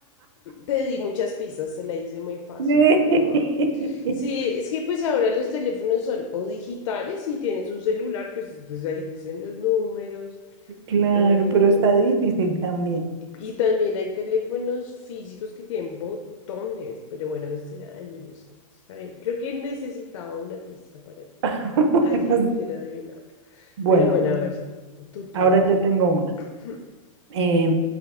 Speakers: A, on the left; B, on the right.
A: Te di muchas pistas, te la hice muy fácil,
B: Sí.
A: la verdad.
B: <laughs>
A: Sí, es que pues ahora los teléfonos son o digitales, si tienes un celular, pues, pues ahí dicen los números.
B: Claro,
A: eh,
B: pero está difícil también.
A: y también hay teléfonos físicos que tienen botones, pero bueno, este era anillos. Está bien. Creo que necesitaba una pista para que
B: <laughs>
A: alguien pudiera adivinarlo.
B: Bueno,
A: Pero bueno, a ver, tu turno.
B: ahora yo tengo una.
A: <clears throat>
B: Eh,